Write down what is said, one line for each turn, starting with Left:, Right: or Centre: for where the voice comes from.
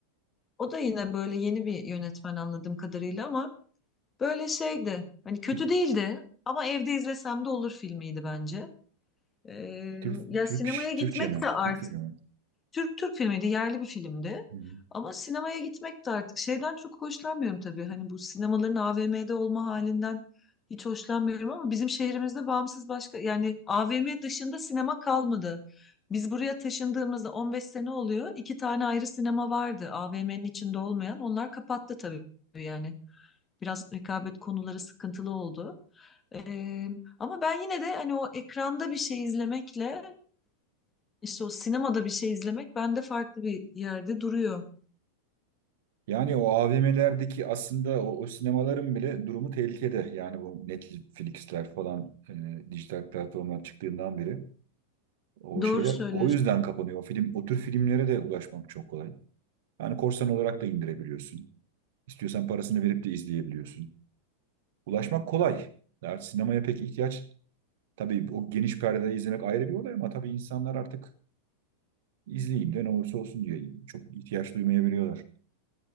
Left: O da yine böyle yeni bir yönetmen anladığım kadarıyla ama böyle şeydi. Hani kötü
Right: Türk,
Left: değildi ama evde izlesem de olur filmiydi bence. Ee,
Right: Türk,
Left: ya
Right: Türk,
Left: sinemaya gitmek
Right: Türkçe mi?
Left: de artık
Right: Türkçe mi?
Left: Türk Türk filmiydi, yerli bir filmdi.
Right: Hı hı.
Left: Ama sinemaya gitmek de artık şeyden çok hoşlanmıyorum tabii. Hani bu sinemaların AVM'de olma halinden hiç hoşlanmıyorum ama bizim şehrimizde bağımsız başka yani AVM dışında sinema kalmadı. Biz buraya taşındığımızda 15 sene oluyor. iki tane ayrı sinema vardı AVM'nin içinde olmayan. Onlar kapattı tabii yani. Biraz rekabet konuları sıkıntılı oldu. Ee, ama ben yine de hani o ekranda bir şey izlemekle işte o sinemada bir şey izlemek bende farklı bir yerde duruyor.
Right: Yani o AVM'lerdeki aslında o, o sinemaların bile durumu tehlikede. Yani bu Netflix'ler falan e, dijital platformlar çıktığından beri. O
Left: Doğru
Right: şeyler
Left: söylüyorsun.
Right: o yüzden kapanıyor. O film, o tür filmlere de ulaşmak çok kolay. Yani korsan olarak da indirebiliyorsun. İstiyorsan parasını verip de izleyebiliyorsun. Ulaşmak kolay. Artık sinemaya pek ihtiyaç tabii o geniş perdede izlemek ayrı bir olay ama tabii insanlar artık izleyeyim de ne olursa olsun diye çok ihtiyaç duymayabiliyorlar.